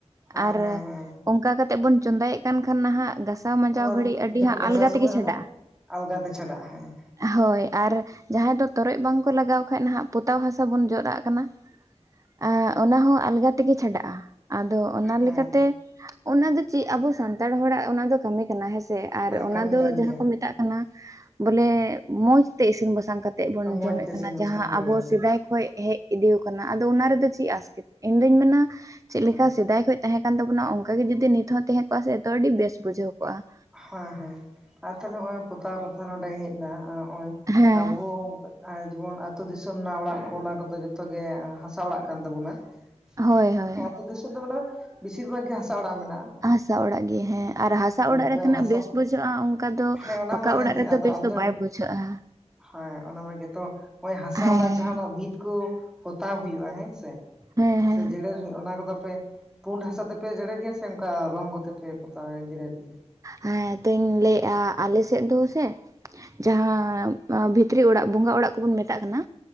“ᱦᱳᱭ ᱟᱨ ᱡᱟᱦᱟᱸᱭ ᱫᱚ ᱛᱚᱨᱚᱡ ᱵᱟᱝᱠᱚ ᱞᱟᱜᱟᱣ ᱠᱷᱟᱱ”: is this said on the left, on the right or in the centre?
Right